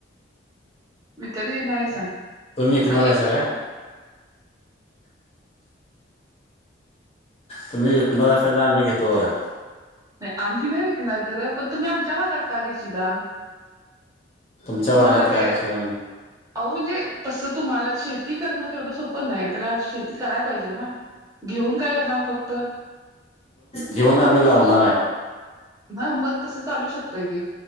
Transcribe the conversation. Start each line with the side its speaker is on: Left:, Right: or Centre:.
Right: विकत घेणार आहे सांग
Left: तुम्ही विकणार
Right: एक
Left: आहे स काय? तुम्ही घेत न अस द आ मी घेतो बघा.
Right: नाही आम्ही नाही विकणार खरं पण तुम्ही आमच्या भागात का घेशला.
Left: तुमच्या
Right: तुम्हाला
Left: भागात
Right: ते.
Left: का कशीला
Right: <inaudible> अह म्हणजे तसं तुम्हाला शेती करणं तेवढं सोपं नाही त्याला शेती कराय पाहिजे ना. घेऊन काय करणार फक्त?
Left: घेऊन आम्ही लावणार आहे.
Right: ह मग तसं चालू शकतय की.